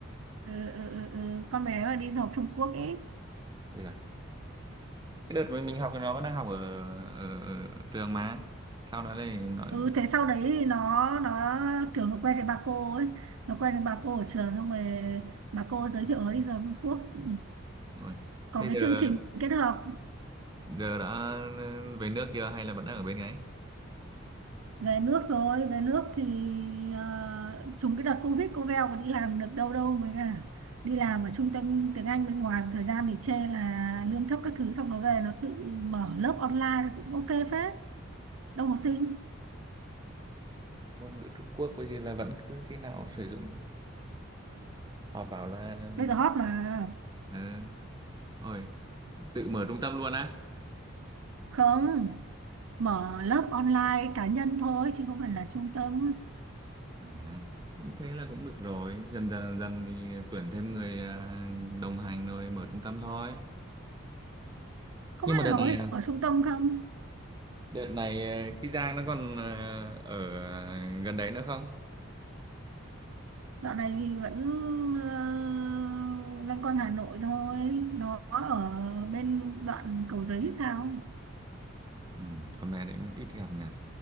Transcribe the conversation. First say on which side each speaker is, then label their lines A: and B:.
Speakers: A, on the right; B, on the right.
A: ừ, ừ, ừ, ừ. con bé mà đi du học Trung Quốc ấy
B: ui giời. cái đợt mà mình học thì nó vẫn đang học ở, ở, ở trường mà sau đó thì nó
A: ừ
B: đi
A: thế
B: học
A: sau đấy thì nó nó kiểu nó quen với bà cô ấy nó quen với bà cô ở trường xong rồi bà cô giới thiệu nó đi du học Trung Quốc Ừ.
B: rồi
A: có
B: thế
A: cái
B: giờ
A: chương trình kết hợp
B: giờ đã về nước chưa hay là vẫn đang ở bên ấy
A: về nước rồi về nước thì ờ, trùng cái đợt Covid cô Veo còn đi làm được đâu đâu mới cả đi làm ở trung tâm tiếng Anh bên ngoài một thời gian thì chê là lương thấp các thứ xong nó về nó tự mở lớp online cũng ok phết đông học sinh
B: ngôn ngữ Trung Quốc bây giờ là vẫn cứ khi nào sử dụng họ bảo là
A: bây giờ hot mà
B: ờ, rồi tự mở trung tâm luôn á
A: không mở lớp online cá nhân thôi chứ không phải là trung tâm
B: à, như thế là cũng được rồi dần dần dần dần thì tuyển thêm người à, đồng hành rồi mở trung tâm thôi
A: không
B: nhưng
A: biết
B: mà đợt
A: là nó
B: này
A: có được
B: à,
A: ở trung tâm không
B: đợt này ờ, cái Giang nó còn ờ, ở gần đấy nữa không
A: dạo này thì vẫn uh, loanh quanh Hà Nội thôi nó ở bên đoạn Cầu Giấy sao
B: ừ, con bé đấy cũng ít gặp nhỉ